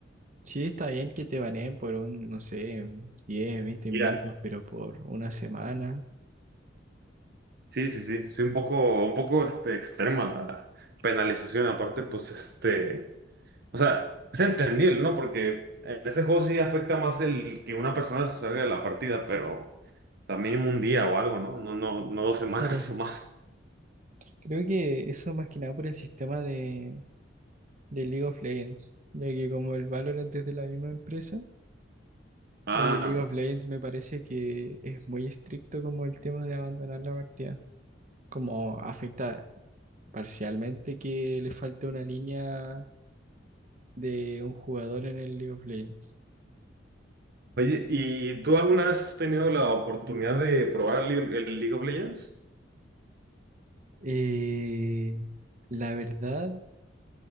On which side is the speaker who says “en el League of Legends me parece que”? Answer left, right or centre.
Right